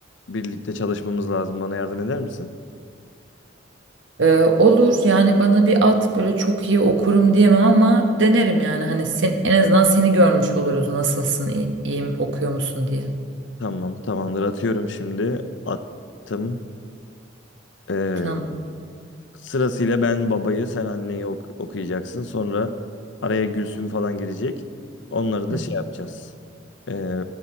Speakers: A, on the left; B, on the right.
A: birlikte çalışmamız lazım. Bana yardım eder misin?
B: Ee, olur yani bana bir at böyle çok iyi okurum diyemem ama denerim yani hani sen, en azından seni görmüş oluruz nasılsın iyi, iyiyim okuyor musun diye.
A: Tamam, tamamdır. Atıyorum şimdi. Attım. Ee,
B: Tamam.
A: Sırasıyla ben babayı, sen anneyi ok- okuyacaksın. Sonra araya Gülsüm falan girecek. Onları da
B: Hı.
A: şey yapacağız. Ee,